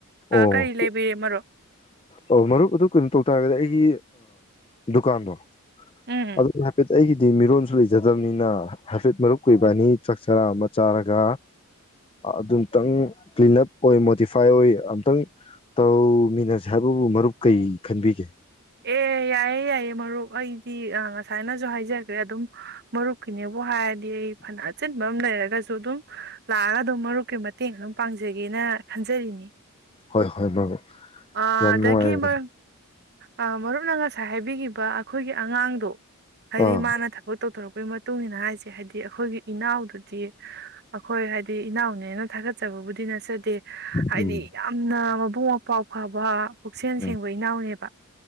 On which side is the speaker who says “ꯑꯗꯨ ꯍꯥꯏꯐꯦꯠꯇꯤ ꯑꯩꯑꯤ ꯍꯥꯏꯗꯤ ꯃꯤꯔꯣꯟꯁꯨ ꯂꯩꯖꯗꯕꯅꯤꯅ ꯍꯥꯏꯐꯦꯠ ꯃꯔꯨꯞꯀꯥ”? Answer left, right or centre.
Left